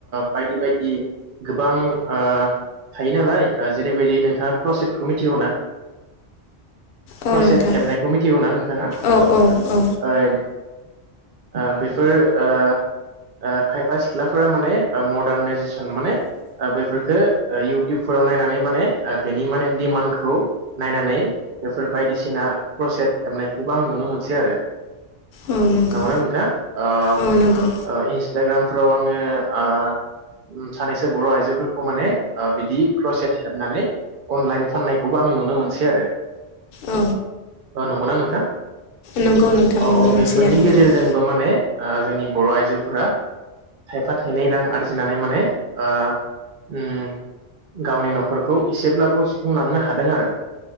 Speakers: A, on the right (about 55°); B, on the left (about 60°).
A: बायदि बायदि गोबां ओ थायो नालाय जेरैबायदि नोंथाङा क्रसेटखौ मिथिगौना?
B: औ
A: क्रसेट
B: नोंथां
A: हेबनायखौ मिथिगौ ना नोंथाङा?
B: औ औ औ
A: ओ बेफोर ओ। ओ खायफा सिख्लाफोरा माने मर्दार्नाइजेसन माने बेफोरफोरखौ इउटुबफोराव नायनानै माने बेनि माने डिमान्डखौ नायनानै बेफोर बायदिसिना क्रसेट हेबनायखौबो आं नुनो मोनसै आरो।
B: औ नंगौ
A: नंगौना नोंथा? ओ
B: औ नंगौ
A: ओ इस <unintelligible> फोराव आङो ओ सानैसो बर' आइजोफोरखौ माने बिदि क्रसेट हेबनानै अनलाइन फाननायखौबो आं नुनो मोनसै आरो।
B: औ
A: ओ नंगौना नोंथां?
B: नंगौ नोंथां
A: <inaudible> अ अ
B: नुनो मोनसै
A: बेफोरनि
B: दानि
A: गेजेरजोंबो
B: जुगाव
A: माने ओ जोंनि बर' आइजोफोरा थायफा थायनै रां आरजिनानै माने ओ उम गावनि न'खरखौ एसेब्लाबो सुफुंलांनो हादों आरो।